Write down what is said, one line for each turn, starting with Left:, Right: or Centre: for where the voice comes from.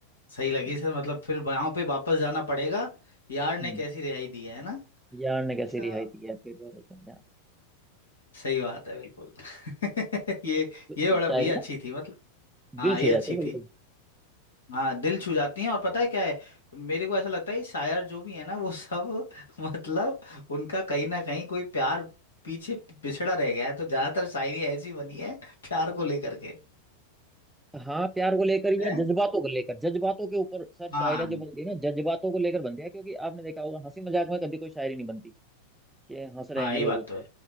Left: सही लगी
Centre: हम्म
Left: सर मतलब फिर वहां पे वापस जाना पड़ेगा यार ने
Centre: हम्म,
Left: कैसी रिहाई दी है ना
Centre: यार ने कैसी
Left: क्या
Centre: रिहाई दी है फिर वो समझा
Left: सही बात है बिल्कुल <laughs> ये
Centre: कुछ
Left: ये
Centre: कुछ
Left: बड़ा
Centre: शायरी
Left: भैया
Centre: ना
Left: अच्छी थी मतलब हाँ
Centre: दिल
Left: ये
Centre: छू
Left: अच्छी
Centre: जाती है बिल्कुल
Left: थी हाँ दिल छू जाती हैं और पता है क्या है मेरे को ऐसा लगता है ये शायर जो भी है ना वो सब <laughs> मतलब उनका कहीं ना कहीं कोई प्यार पीछे पिछड़ा रह गया है तो ज्यादातर शायरियाँ ऐसी बनी है प्यार को लेकर के
Centre: हाँ प्यार को लेकर
Left: है
Centre: या जज्बातों को लेकर जज्बातों के ऊपर सर शायरी
Left: हाँ
Centre: जो बनती है ना जज्बातों को लेकर बनती है क्योंकि आपने देखा होगा हंसी मजाक में कभी कोई शायरी नहीं बनती कि हंस रहे
Left: हाँ
Centre: हैं
Left: ये
Centre: लोग
Left: बात
Centre: उस
Left: तो
Centre: पर
Left: है